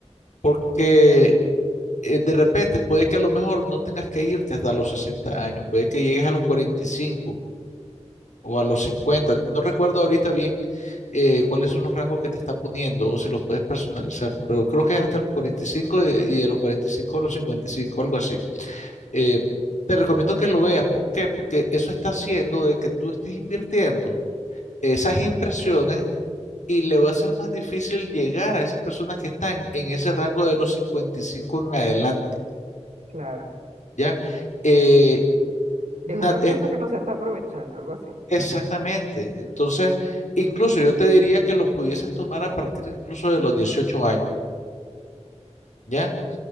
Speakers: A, on the left; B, on the right.
A: porque eh, de repente puede que a lo mejor no tengas que irte hasta los 60 años, puede que llegues a los 45 o a los cincuenta No recuerdo ahorita bien eh, cuáles son los rangos que te está poniendo o si los puedes personalizar, pero creo que es hasta los 45 de- y de los 45 a los 55 algo así. Eh, te recomiendo que lo veas. ¿Por qué? Porque eso está haciendo de que tú estés invirtiendo esas impresiones y le va a ser más difícil llegar a esas personas que están en ese rango de los 55 en adelante,
B: claro.
A: ¿ya? Eh, nat-
B: Es un recurso que no se está aprovechando, algo así.
A: Exactamente. Entonces, incluso yo te diría que los pudieses tomar a partir incluso de los 18 años, ¿ya?